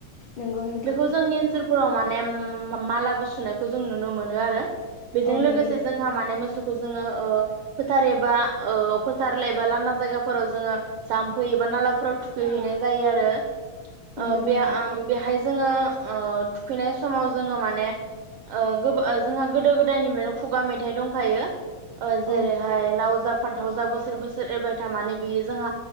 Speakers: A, on the left; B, on the right.
A: नंगौ नोंथां
B: बेखौ जोंनि ओनसोल फोराव माने मालाबो सुनायखौ जों नुनो मोनो आरो। बेजों
A: औ
B: लोगोसे
A: नंगौ
B: जोंहा माने मोसौ जोङो ओ फोथार एबा ओ फोथार एबा लांदां जायगाफोराव जोङो जाम्फै एबा नालाफोराव थुखैहैनाय जायो आरो
A: नंगौ
B: ओम बेहाय
A: नोंथां
B: आं बेहाय जोङो थुखैनाय समाव जोङो माने गोबां जोंहा गोदो गोदायनिफ्रायनो खुगा मेथाइ दंखायो जेरैहाय
A: औ
B: लावजा फ थावजा बोसोर बोसोर एरबाय था माने बियो जोंहा